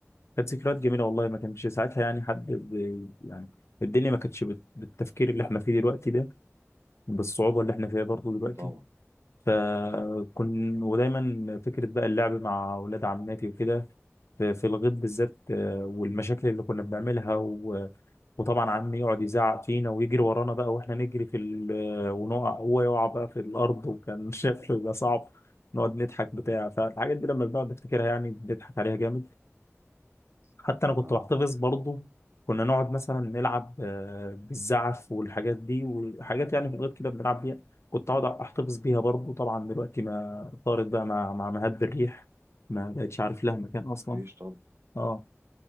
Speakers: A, on the left (about 65°); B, on the right (about 60°).
A: ذكريات جميله والله ما كانش ساعتها يعني حد ب... يعني الدنيا ما كانتش بت... بالتفكير اللي احنا فيه دلوقتي ده بالصعوبه اللي احنا فيها برضه دلوقتي
B: طبعا
A: فكن ودايما فكره بقى اللعب مع اولاد عماتي وكده في في الغيط بالذات آه، والمشاكل اللي كنا بنعملها وطبعا عمي يقعد يزعق فينا ويجري ورانا بقى واحنا نجري في ال آه، ونقع هو يقع بقى في الارض وكان <laughs> شكله يبقى صعب نقعد نضحك بتاع فالحاجات دي لما بنقعد نفتكرها يعني بنضحك عليها جامد حتى انا
B: آه.
A: كنت بحتفظ برضه كنا نقعد مثلا نلعب آه، بالزعف والحاجات دي وحاجات يعني في الغيط كده بنلعب بيها كنت اقعد احتفظ بيها برضه طبعا دلوقتي ما طارت بقى مع مع مهب الريح ما بقتش عارف لها مكان اصلا
B: مفيش طبعا
A: اه